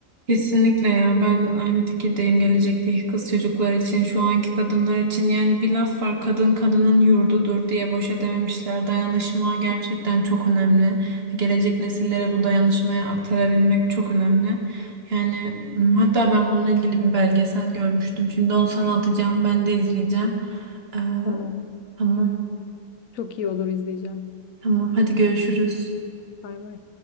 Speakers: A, on the right; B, on the left.
A: Kesinlikle ya ben aynı fikirdeyim gelecekteki kız çocuklar için şu anki kadınlar için yani bir laf var kadın kadının yurdudur diye boşa dememişler dayanışma gerçekten çok önemli gelecek nesillere bu dayanışmayı aktarabilmek çok önemli yani m, hatta ben bununla ilgili bir belgesel görmüştüm şimdi onu sana atacağım ben de izleyeceğim Ee,
B: Tamam.
A: tamam
B: Çok iyi olur izleyeceğim.
A: tamam hadi görüşürüz.
B: Bay bay.